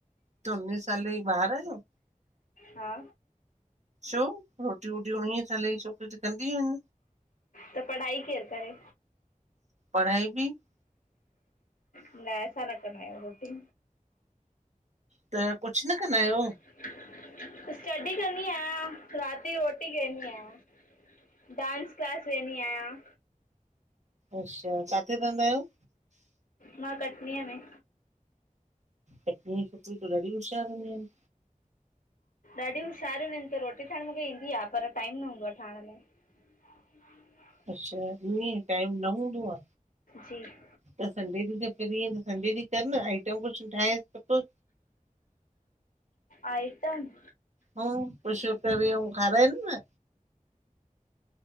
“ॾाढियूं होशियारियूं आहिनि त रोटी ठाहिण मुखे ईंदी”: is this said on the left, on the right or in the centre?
Left